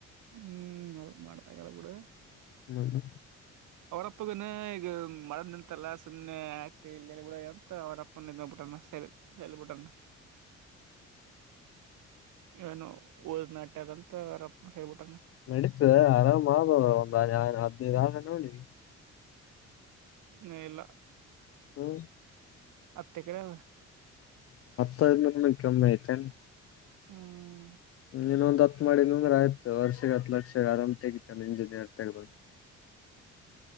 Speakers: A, on the right; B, on the left.
A: ಹ್ಮ್ ಹೌ ಮಾಡಬೇಕಾಗಲ್ಲ ಬಿಡು.
B: ಹ್ಮ್.
A: ಅವ್ರಪ್ಪಗನ ಈಗ ಮಾಡರದ ನಿಂತಲ್ಲ ಸುಮ್ನೆ ಆಕ್ತಿ ಇಲ್ಲ ಬಿಡ ಅಂತ ಅವ್ರಪ್ಪ ನಿಲ್ಸ್ ಬಿಟ್ಟಾನ. ಸಲ್ ಸಲ್ ಬುಟ್ಟೊನಾ. ಏನು ಓದನಾಟ್ಯದಂತ ರಪ್ಪ ಹೇಳ್ಬಿಟ್ಟು.
B: ನಡೀತದ ಆರಾಮ್ ಆಗ್ಬೋದ್ರ ಒಂದ ಹದ್ನೈದ ಆದ್ರೆನು ನೋಡಿ.
A: ಇನ್ನು ಇಲ್ಲ.
B: ಹ್ಮ್
A: ಹತ್ತೇಕರೆ
B: ಹ್ಮ್ <unintelligible> ಕೆಮ್ಮೆತೆನ್
A: ಹ್ಮ್
B: ಇನೊಂದ್ ಹತ್ ಮಾಡಿನಂದ್ರೆ ಆಯ್ತು ವರ್ಷಗ್ ಹತ್ ಲಕ್ಷ ಆರಾಮ್ ತೆಗಿತನ ಇಂಜಿನಿಯರ್. ತೆಗ್ದ